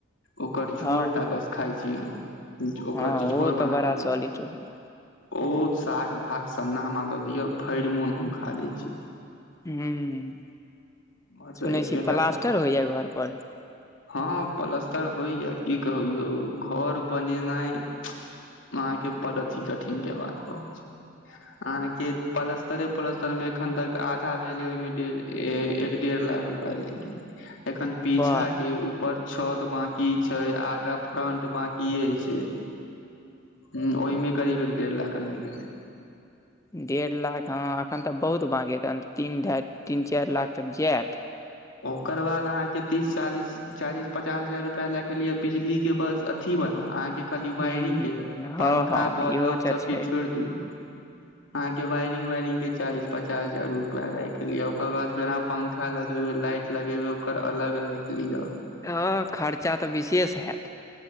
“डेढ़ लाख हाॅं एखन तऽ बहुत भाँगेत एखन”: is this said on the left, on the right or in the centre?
Left